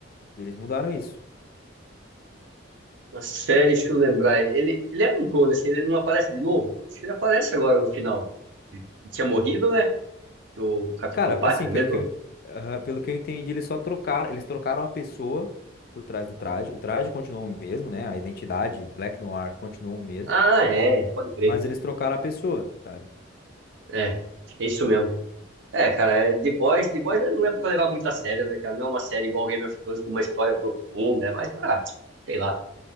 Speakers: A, on the left (about 45°); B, on the right (about 65°).
A: Eles mudaram isso.
B: Na série, deixa eu lembrar. Ele, ele era um clone, assim, ele não aparece de novo? Acho que ele aparece agora no final. Ele tinha morrido, né? que O Capitão
A: Cara,
B: Pátria
A: assim, pelo
B: mesmo?
A: que eu, aham, pelo que eu entendi, eles só trocaram, eles trocaram a pessoa por trás do traje. O traje continuou o mesmo, né? A identidade Black Noir continuou o mesmo.
B: Ah, é. Pode crer.
A: Mas eles trocaram a pessoa, sabe?
B: É. Acho que é isso mesmo. É, cara, é The Boys, The Boys não é pra levar muito a sério, né, cara? Não é uma série igual Game of Thrones com uma história profunda, é mais pra, sei lá,